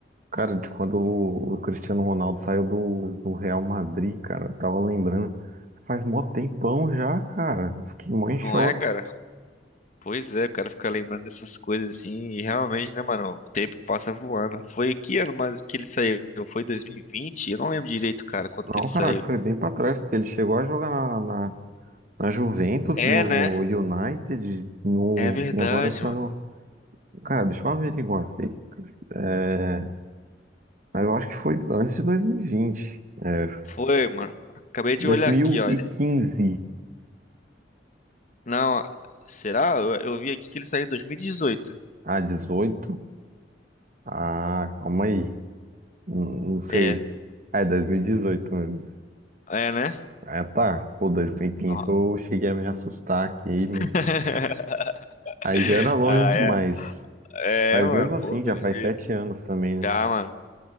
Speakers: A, on the right; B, on the left.
A: cara, de quando o o Cristiano Ronaldo saiu do, do Real Madrid, cara. Eu tava lembrando, faz mó tempão já, cara. Fiquei mó em choque.
B: não é, cara? Pois é, o cara fica lembrando dessas coisas assim, e realmente, né, mano? O tempo passa voando. Foi que ano mais que ele saiu? Foi 2020? Eu não lembro direito, cara, quanto
A: Não,
B: que ele saiu.
A: cara, acho que foi bem pra trás, porque ele chegou a jogar na, na, na Juventus,
B: É,
A: no
B: né?
A: United, no,
B: É verdade,
A: e agora tá
B: mano.
A: no. Cara, deixa eu averiguar aqui. É, mas eu acho que foi antes de 2020. É,
B: Foi, mano. Acabei de
A: 2015
B: olhar aqui, ó. Eles... Não, será? Eu, eu vi aqui que ele saiu em 2018.
A: a 18. Ah, calma aí. N- Não sei.
B: É,
A: Ah, É 2018 mesmo.
B: É, né?
A: Ah, tá. Pô, 2015
B: Ó.
A: eu cheguei a me assustar aqui. mas
B: <laughs>
A: Aí já era longe
B: Ah,
A: demais.
B: é. É,
A: Mas
B: mano.
A: mesmo assim,
B: Pô, 2000
A: já faz sete
B: aqui.
A: anos também,
B: Já,
A: né?
B: mano.